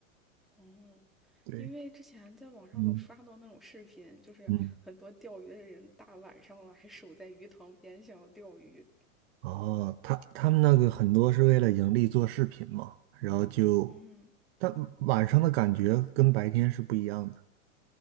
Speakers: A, in the centre; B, on the right.
A: 哦，
B: 对，
A: 因为之前在网上有刷到那种视频，
B: 嗯
A: 就是很多钓鱼的人大晚上了还守在鱼塘边想要钓鱼。
B: 嗯。哦，他他们那个很多是为了盈利做视频嘛，然后就，
A: 嗯，
B: 但晚上的感觉跟白天是不一样的，